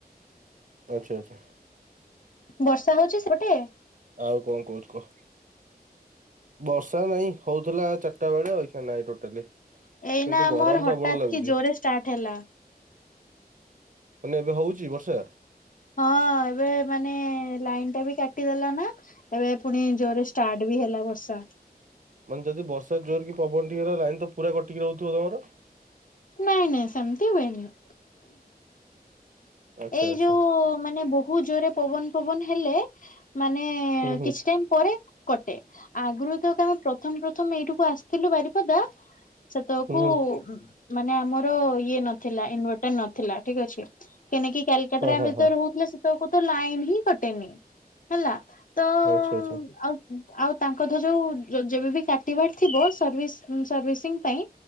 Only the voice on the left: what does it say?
ବର୍ଷା ହୋଉଛି ସେ ପଟେ?
ଏଇନା
ଆମର ହଠାତ
କି ଜୋରେ ଷ୍ଟାର୍ଟ ହେଲା।
ହଁ ଏବେ ମାନେ ଲାଇନ ଟା ବି କାଟିଦେଲା ନା ଏବେ ପୁଣି ଜୋରରେ ଷ୍ଟାର୍ଟ ବି ହେଲା ବର୍ଷା।
ନାଇଁ ନାଇଁ ସେମତି ହୁଏନି।
ଏଇ
ଯୋଉ ମାନେ ବହୁ ଜୋରେ ପବନ ଫବନ ହେଲେ ମାନେ
କିଛି ଟାଇମ ପରେ କଟେ ଆଗରୁ ତକ ଆମେ ପ୍ରଥମ ପ୍ରଥମ ଏଇଠିକୁ ଆସି ଥିଲୁ ବାରିପଦା ସେତେବେଳକୁ
ମାନେ ଆମର ଇଏ ନଥିଲା ଇନଭଟର ନଥିଲା ଠିକ ଅଛି। କେନେକି କାଲକଟାରେ
ଆମେ ଯେତେବେଳେ
ରହୁଥିଲେ ସେତବେଳକୁ ତ ଲାଇନ ହିଁ କଟେନି ହେଲା। ତ ଆଉ
ଆଉ ତାଙ୍କ ଧର ଯୋଉ ଯ ଯେବେବି କାଟିବାର ଥିବ ସ ସର୍ଭିସ୍ ସର୍ଭିସିଂ ପାଇଁ